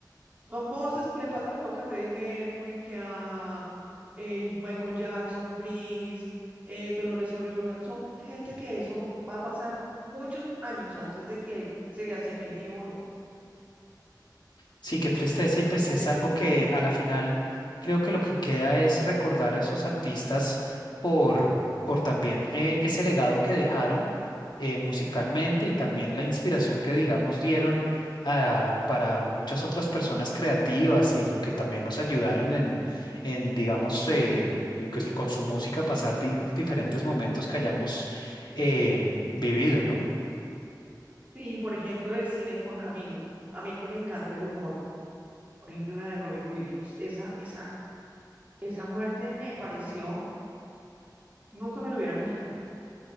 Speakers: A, on the right; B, on the left.
A: son voces, le pasa lo mismo que a Freddie Mercury, que a eh, Michael Jackson, Prince, eh, Dolores O'Riordan. Son gente que eso va a pasar muchos años antes de que se le asemeje uno.
B: Sí, qué tristeza
A: Y
B: y pues
A: por
B: es
A: ejemplo,
B: algo que a la final creo que lo que queda es recordar a esos artistas por, por también eh, ese legado que dejaron eh, musicalmente y también la inspiración que digamos dieron ah, para muchas otras personas creativas y lo que también nos ayudaron en, en digamos eh, pues, con su música pasar di- diferentes momentos que hayamos eh, vivido, ¿no?
A: y por ejemplo del cine Juan Camilo, a mí que me encanta el humor. por ejemplo la de Robin Williams. Esa, esa, esa muerte me pareció, nunca me lo hubiera imaginado,